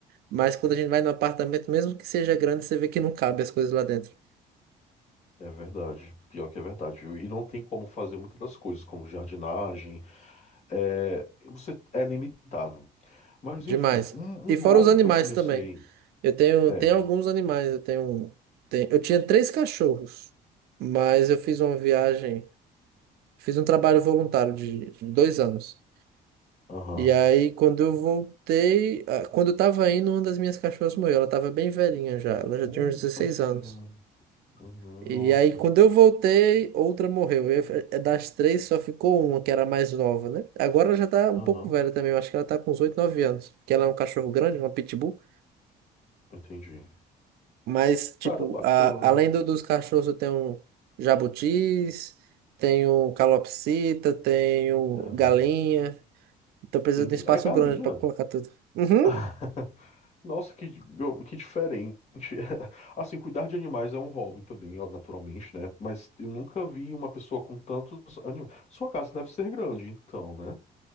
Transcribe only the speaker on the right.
mas quando a gente vai no apartamento, mesmo que seja grande, você vê que não cabe as coisas lá dentro.
Demais.
E
fora
os animais
também. Eu tenho,
tenho alguns animais. Eu tenho, tenho, eu tinha três cachorros, mas eu fiz uma viagem, fiz um trabalho voluntário de dois anos.
E aí, quando eu voltei, ah, quando eu tava indo, uma das minhas cachorras morreu. Ela tava bem velhinha já, ela já
tinha uns 16
anos.
E
aí, quando eu voltei, outra morreu. E aí, é das três, só ficou uma, que era a mais nova, né? Agora ela já tá um
pouco velha também, eu acho que ela tá com uns oito nove anos. Que ela é um cachorro grande, uma pitbull.
Mas, tipo,
a- além
do- dos cachorros, eu tenho jabutis, tenho calopsita, tenho
galinha. Então precisa
de um espaço
grande pra colocar tudo. Uhum.